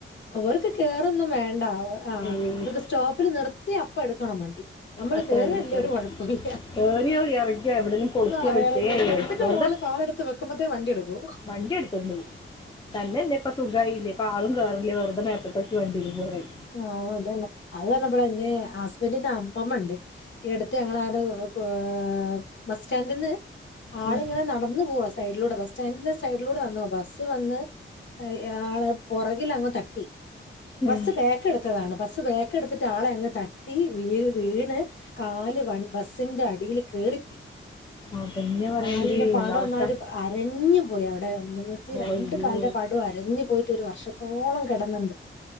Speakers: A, on the left; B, on the left.
A: ഓർക്ക് കേറൊന്നും വേണ്ട ഒ ആഹ
B: ഏയ്
A: അവർക്ക് സ്റ്റോപ്പിൽ നിർത്തി അപ്പ എടുക്കണം വണ്ടി നമ്മള്
B: അത്രേ
A: കേറിയല്യാ
B: ഉള്ളൂ അത്രേ
A: ഒരു
B: ഉള്ളൂ
A: കുഴപ്പമില്ല
B: കയറിയോ
A: <unintelligible>
B: ഇറങ്ങിയോ എവിടെയെങ്കിലും കൊളുത്തിയോ വിളിച്ചേ
A: സ്റ്റ്പ്പിന്റെ
B: വെറുതെ
A: മോൾ കാലഎടുത്ത് വെക്കുമ്പത്തേ വണ്ടി എടുക്കൂ ഹു
B: വണ്ടി എടുത്തോണ്ട് തന്നനെ ഇപ്പ സുഖായില്ലേ ഇപ്പ ആളും കേറില്ലാ വെറതേമേപ്പട്ടോക്കി വണ്ടിൽ പോവായി
A: ആഹ അതന്നെ അഹ് പറഞ്ഞപ്പള ഇഞ്ഞി ഹസ്ബന്റിന്റെ അമ്മമ്മ ഇണ്ട് എടുത്ത് ഞങ്ങളെ ആടെ പ്ഹെ ബസ് സ്റ്റാൻഡിൽന്ന് ആളിങ്ങനെ
B: ഉം.
A: നടന്ന് പോവാ സൈഡിലൂടെ ബസ്സ്സ്റ്റാന്റിന്റെ സൈഡിലൂടെ നടന്നോ ബസ് വന്ന് അഹ് ആള് പുറകിലങ്ങ് തട്ടി
B: ഉം.
A: ബസ്സ് ബാക്ക് എടുത്തതാണ് ബസ് ബേക്ക് എടുത്തിട്ട് ആളെ അങ്ങ് തട്ടി വീ വീണ് കാല് വൺ ബസിന്റെ അടിയിൽ കേറി ഹി
B: അതന്നെ പറയണത്
A: കാലിന്റെ പടൊന്നായിട്ട്
B: നടക്ക
A: അരഞ്ഞു പോയി അവിടെനിന്ന് റ്റ് രണ്ടു
B: അയ്യോ
A: കാൽന്റെ പടും അരഞ്ഞു പോയിട്ട് ഒരു വർഷത്തോളം കെടന്ന്ണ്ട്